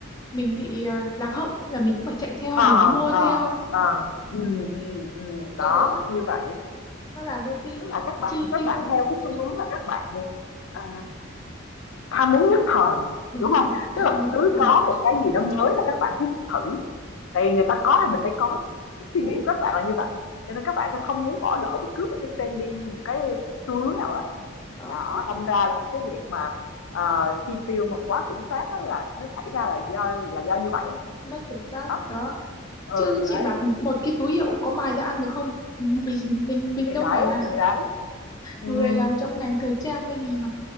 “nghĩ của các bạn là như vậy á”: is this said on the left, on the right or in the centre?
Left